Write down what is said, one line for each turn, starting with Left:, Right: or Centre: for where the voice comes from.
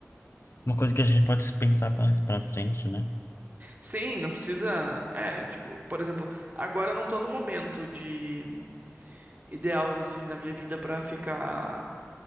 Left: uma coisa que a gente pode pensar mais para frente, né?
Right: Sim, não precisa. É, tipo, por exemplo, agora eu não tô no momento de ideal, assim, da minha vida pra ficar